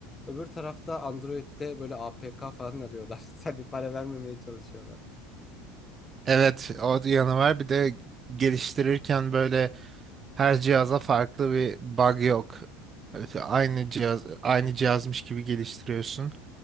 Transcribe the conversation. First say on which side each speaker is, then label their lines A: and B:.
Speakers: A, on the left; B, on the right.
A: Öbür tarafta Android'de böyle APK falan arıyorlar. <laughs> Seni para vermemeye çalışıyorlar.
B: Evet, o yanı var. Bir de geliştirirken böyle Her cihaza farklı bir bug yok. Evet, aynı cihaz aynı cihazmış gibi geliştiriyorsun.